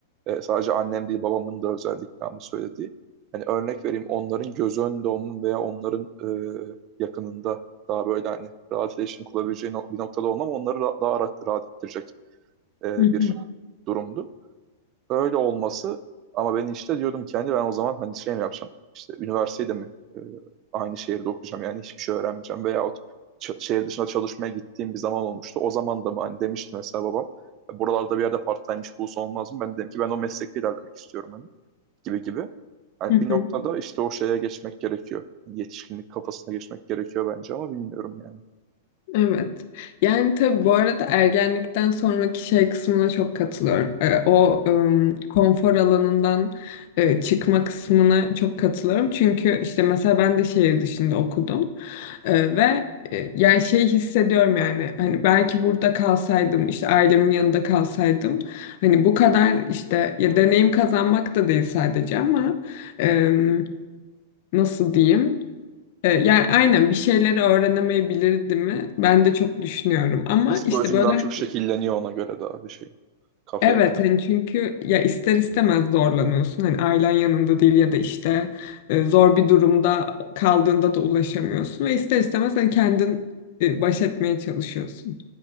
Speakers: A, on the right; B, on the left.
A: e, sadece annem değil babamın da özellikle ama söylediği. Hani örnek vereyim onların göz önünde olmanın veya onların e, yakınında daha böyle hani rahat iletişim kurabileceği nok- bir noktada olmam onları ra- daha rahat, rahat ettirecek e,
B: Hı
A: bir
B: hı.
A: durumdu öyle olması ama ben işte diyordum ki hani ben o zaman hani şey mi yapacağım işte üniversitede mi e, aynı şehirde okuyacağım yani hiçbir şey öğrenmeyeceğim veyahut ç- şehir dışına çalışmaya gittiğim bir zaman olmuştu. O zaman da mı hani demişti mesela babam buralarda bir yerde part-time iş bulsa olmaz mı? Ben de dedim ki ben o meslekte ilerlemek istiyorum hani gibi gibi. Yani
B: Hı
A: bir
B: hı.
A: noktada işte o şeye geçmek gerekiyor. Hani Yetişkinlik kafasına geçmek gerekiyor bence ama bilmiyorum yani.
B: Evet. Yani tabii bu arada ergenlikten sonraki şey kısmına çok katılıyorum. Ee, o ım, konfor alanından e, çıkma kısmına çok katılıyorum. Çünkü işte mesela ben de şehir dışında okudum. Ee, ve e, yani şey hissediyorum yani hani belki burada kalsaydım işte ailemin yanında kalsaydım hani bu kadar işte ya deneyim kazanmak da değil sadece ama em, nasıl diyeyim? E, Yani aynen bir şeyleri öğrenemeyebilirdi mi? Ben de çok düşünüyorum ama
A: Psikolojin
B: işte böyle
A: daha çok şekilleniyor ona göre daha bir şey. Kafa
B: evet
A: yapın.
B: hani çünkü ya ister istemez zorlanıyorsun. Hani ailen yanında değil ya da işte e, zor bir durumda kaldığında da ulaşamıyorsun ve ister istemez hani kendin e, baş etmeye çalışıyorsun